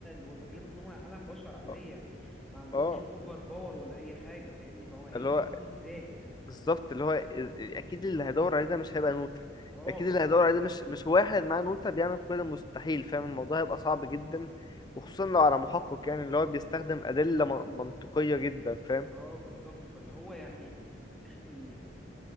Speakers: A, in the centre; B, on the left.
A: وانا بكلمك ان هو عالم بشر عادية
B: اه
A: يعني ما عندهمش
B: آه،
A: اوفر باور ولا اي حاجة فاهمني فهو هيجي
B: اللي
A: في
B: هو
A: دماغه ازاي يعني
B: بالظبط اللي هو إز- اكيد اللي هيدور عليه ده مش هيبقى نوتة
A: اه
B: اكيد
A: فاهمني
B: اللي هيدور عليه ده مش مش واحد معاه نوتة بيعمل كل المستحيل فاهم الموضوع هيبقى صعب جدا وخصوصا لو على محقق يعني اللي هو بيستخدم أدلة من- منطقية جدا فاهم
A: اه بالظبط فاللي هو يعني <clears throat>